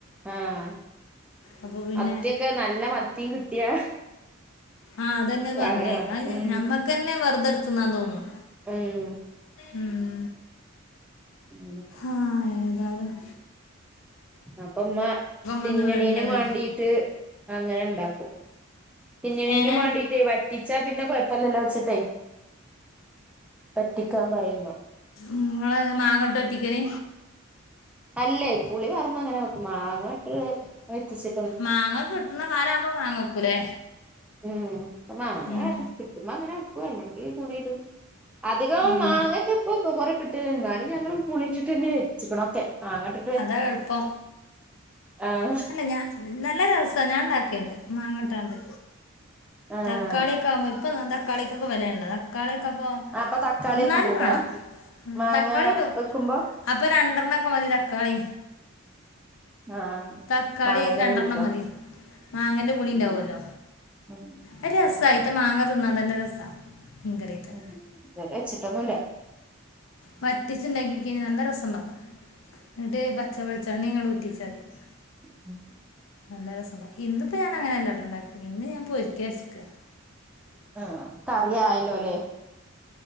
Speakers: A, in the centre; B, on the left.
A: ആഹ്
B: അപ്പോൾ പിന്നെ
A: മത്തിയൊക്കെ നല്ല മത്തിയും കിട്ടിയാ
B: ആഹ് അതന്നെയാ
A: കറി
B: പറഞ്ഞേ
A: വാ
B: അത്
A: ഉം
B: ഞ ഞമ്മക്ക് തന്നെ വെറുതെ എടുത്ത് തിന്നാൻ തോന്നും
A: ഉം
B: ഉം
A: ഇങ്ങനൊക്കെ
B: ആഹ് ഏതാലും
A: അപ്പൊ ഉമ്മ തിന്നണീനും
B: വന്ന് വീണത്
A: വേണ്ടീട്ട് അങ്ങനെ ഇണ്ടാക്കും തിന്നണീനും
B: അങ്ങനെ
A: വേണ്ടീട്ട് വറ്റി ച്ചാ പിന്നെ കുഴപ്പല്ലല്ലോന്ന് വെച്ചിട്ടേ വറ്റിക്കാൻ പറയും ഉമ്മ
B: ഉമ്മാ മാങ്ങയിട്ടാ വറ്റിക്കല്
A: അല്ലേ പുളി വാർന്ന് അങ്ങനെ വെക്കും മാങ്ങയിട്ട് വറ്റിച്ചി
B: മാങ്ങ കിട്ടുണ കാലാവുമ്പോ മാങ്ങ വെക്കൂലേ
A: ഉം അപ്പ മാങ്ങ
B: ഉം.
A: കിട്ടുമ്പോ അങ്ങനെ വെക്കും അല്ലങ്കിൽ പുളിയിടും അധികം
B: ഉം.
A: മാങ്ങയൊക്കെ ഇപ്പൊ കൊറെ കിട്ടും എന്നാലും ഞങ്ങള് പുളി ചു റ്റിനും വെച്ചിക്കണ് ഒക്കെ മാങ്ങ ഇട്ട്
B: അതാ എളുപ്പം
A: ആഹ്
B: അല്ല ഞാ നല്ല രസവാ ഞാൻ ഉണ്ടാക്കിണ്ട് മാങ്ങ ഇട്ടാണ്ട്
A: ആഹ്
B: തക്കാളിയൊക്കെ ആവുമ്പോ ഇപ്പം തക്കാളിക്കൊക്കെ വിലയാണല്ലോ തക്കാളിയൊക്കെ അപ്പോ
A: അപ്പൊ തക്കാളി
B: അന്നാലും
A: ഒന്നും ഇടൂല
B: വേണം
A: മാങ്ങ
B: തക്കാളി ഇടും
A: വെക്കുമ്പോ
B: അപ്പൊ രണ്ടെണ്ണക്കെ മതി തക്കാളി
A: ആഹ്
B: തക്കാളി
A: മാങ്ങന്റെ
B: രണ്ടെണ്ണം
A: പുളിക്കോ
B: മതി മാങ്ങേന്റെ പുളിണ്ടാവുല്ലോ
A: ഉം ഉം
B: അത് രസവാ അയിത്തെ മാങ്ങ തിന്നാൻ തന്നേ രസാ മീൻ കറി വെക്കാൻ
A: ഉം ഇതുവരെ വെച്ചിട്ടൊന്നുല്ല
B: വറ്റിച്ചുണ്ടാക്കി കയിഞ്ഞാ നല്ല രസവുണ്ടാവും എന്നിട്ട് പച്ചവെളിച്ചെണ്ണ ഇങ്ങോട്ട്‌ ഊറ്റി വെച്ചാൽ മതി
A: ആഹ്
B: നല്ല രസവുണ്ടാവും ഇന്നിപ്പോ ഞാൻ അങ്ങനെല്ല കേട്ടോ ഉണ്ടാ ഇന്ന് ഞാൻ പൊരിക്കാരിച്ചിക്കാ
A: ആഹ് കറിയായല്ലോല്ലേ?